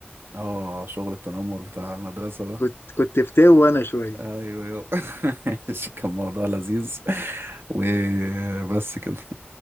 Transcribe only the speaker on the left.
كنت كنت فتاوي وانا شويه